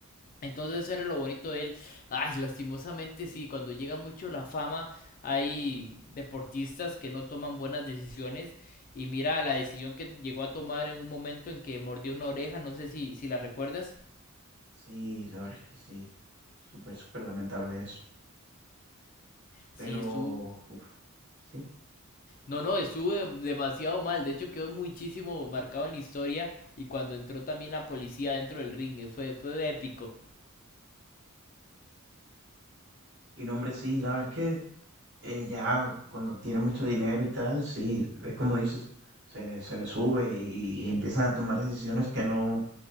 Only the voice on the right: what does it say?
Sí, la verdad es que sí, súper, súper lamentable eso. Pero,
uf, sí.
Y no, hombre, sí, la verdad es que eh, ya cuando tiene mucho dinero y tal, sí, es como dices, se le, se le sube y, y empiezan a tomar decisiones que no